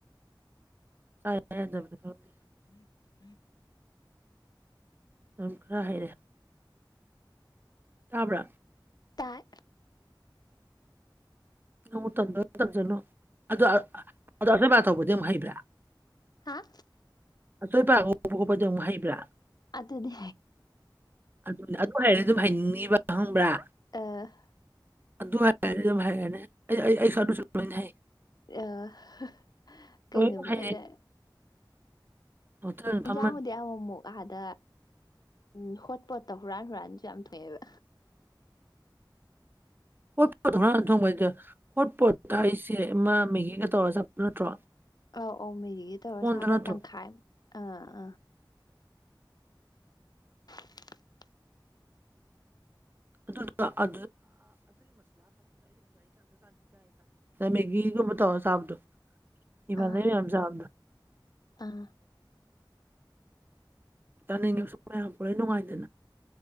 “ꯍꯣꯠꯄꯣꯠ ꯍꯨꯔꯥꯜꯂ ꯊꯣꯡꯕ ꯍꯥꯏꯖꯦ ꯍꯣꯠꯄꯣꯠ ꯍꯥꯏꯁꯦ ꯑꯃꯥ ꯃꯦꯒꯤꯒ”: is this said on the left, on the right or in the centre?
Right